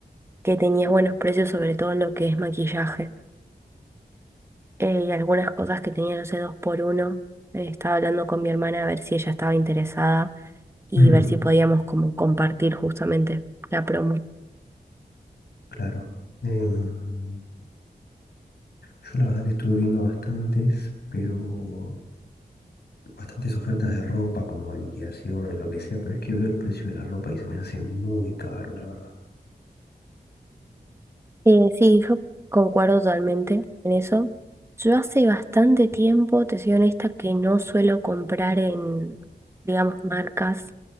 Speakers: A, on the right (about 15°); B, on the left (about 75°).
A: que tenía buenos precios, sobre todo en lo que es maquillaje. eh, y algunas cosas que tenía, no sé, dos por uno. Eh, estaba hablando con mi hermana a ver si ella estaba interesada y
B: Mm,
A: ver si podíamos como compartir justamente la promo.
B: claro. Em, yo la verdad que estuve viendo bastantes, pero bastantes ofertas de ropa, como liquidaciones, lo que sea, pero es que veo el precio de la ropa y se me hace muy caro, la verdad.
A: Eh, sí, yo concuerdo totalmente en eso. Yo hace bastante tiempo, te soy honesta, que no suelo comprar en, digamos, marcas